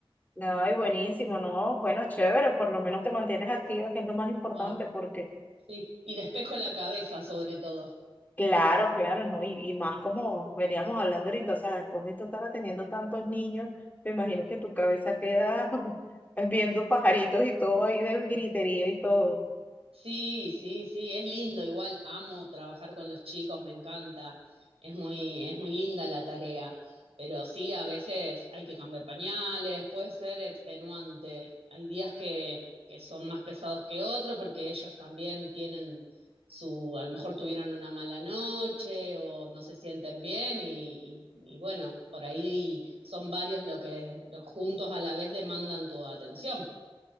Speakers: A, on the left (about 15°); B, on the right (about 85°).
A: No, y buenísimo, no, bueno, chévere, por lo menos te mantienes activa, que es lo más importante,
B: Ay,
A: porque
B: sí. Y despejo la cabeza sobre todo.
A: claro, claro, ¿no? Y, y más como veníamos hablando ahorita, o sea, después de tú estar atendiendo tantos niños, me imagino que tu cabeza queda <laughs> viendo pajaritos y todo ahí del griterío y todo.
B: Sí, sí, sí, es lindo, igual amo trabajar con los chicos, me encanta, es muy, es muy linda la tarea, pero sí, a veces hay que cambiar pañales, puede ser extenuante, hay días que, que son más pesados que otros porque ellos también tienen su, a lo mejor tuvieron una mala noche o no se sienten bien y, y- y bueno, por ahí son varios lo que los juntos a la vez demandan tu atención.